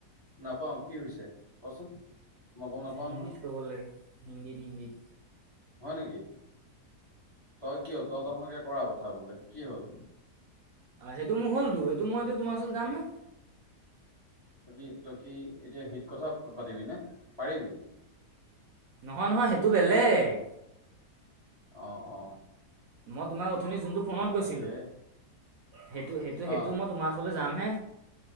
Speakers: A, on the left; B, on the right.
A: নাপাও কি হৈছে, কচোন। মই গম নাপাও
B: হিন্দীত
A: নহয়
B: ক'ব লাগে, হিন্দীত, হিন্দীত।
A: হয় নেকি, তই কিয়, তই দাখোন একে কৰা কথা বোলে কি হ'ল?
B: সেইটো মোৰ হ'লতো, সেইটো মই এতিয়া তোমাৰ ওচৰত যাম হে।
A: কি তই কি, এতিয়া হেৰিট কথা পাতিবি নে পাৰিবি।
B: নহয়, নহয় সেইটো বেলেগ।
A: অ', অ'।
B: মই তোমাক ওথনি যোনটো ফোনত কৈছিলোঁ,
A: তাকে
B: সেইটো, সেইটো, সেইটো
A: অ
B: মই তোমাৰ চলে যামহে,